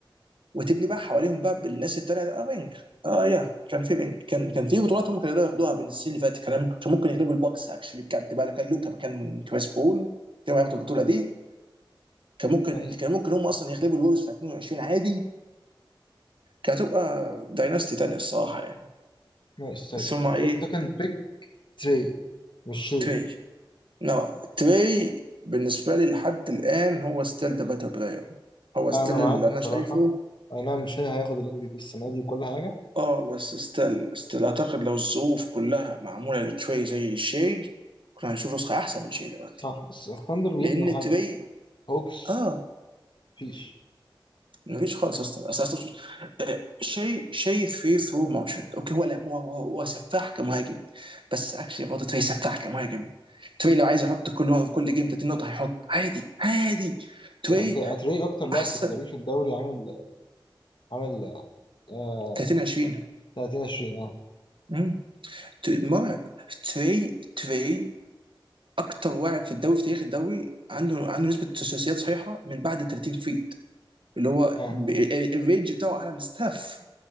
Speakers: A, on the right; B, on the left.
A: وتبني بقى حواليهم بقى بالناس التانيه ده، اه رينج اه يا كان في رينج كان كان في بطولات هم كانوا يقدروا ياخدوها بين السنين اللي فاتت كان كان ممكن يغلبوا البوكس اكشلي بجد بقى لو كان لوكا مكان كريس بول كانوا هياخدوا البطوله دي كان ممكن
B: نايس
A: كان ممكن هم اصلا يغلبوا الوريوز بتاع 22 عادي كانت هتبقى دايناستي تانية الصراحة يعني
B: نايس طيب
A: بس هما
B: انت
A: ايه
B: قلت ده كان بيك تري مش شيء
A: تري نو تري بالنسبة لي لحد الآن هو ستيل ذا باتل بلاير هو ستيل
B: انا معاك
A: اللي
B: الصراحه
A: أنا شايفه
B: اي نعم مش هي هياخد الام في بي السنه دي وكل حاجه
A: اه بس ستيل ستيل أعتقد لو الظروف كلها معمولة لتري زي شي كنا هنشوف نسخة أحسن من شي دلوقتي
B: صح بس الثاندر بيبنوا
A: لأن
B: حاجه
A: تري
B: هوكس
A: اه
B: مفيش
A: مفيش خالص يا اسطى أصل- أصل- آه، شيء شيء في ثرو موشن اوكي هو لا هو هو هو سفاح كمهاجم بس اكشلي برضه تري سفاح كمهاجم تري لو عايز يحط كل كل جيم 30 نقطه هيحط عادي عادي تري
B: ت- ت- اتري اكتر لاعب
A: احسن
B: في التاريخ الدوري عامل عامل آه
A: 30 20
B: 30 20 اه
A: مم. تري مرعب تري تري اكتر واعد في الدوري في تاريخ الدوري عنده عنده نسبه ثلاثيات صحيحه من بعد ال 30 فيت اللي هو
B: اه
A: ب- ال- الرينج بتاعه اعلى من ستاف